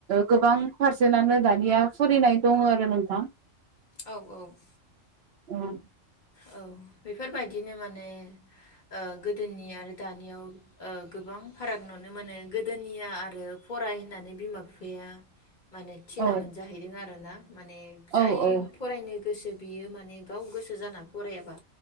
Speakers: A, on the right; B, on the left.
A: गोबां पारसेटनो दानिया फरिनाय दङ आरो नोंथां।
B: औ औ
A: औ
B: औ बेफोर बायदिनो माने ओ गोदोनि आरो दानियाव ओ गोबां फाराग नुनो मोनो गोदोनिया आरो फराय होननानै बिमा बिफाया माने थिनामोन
A: औ
B: जाहैदों आरो। <inaudible> माने जाय
A: औ औ
B: फरायनो गोसो बियो माने गाव गोसो जाना फरायाबा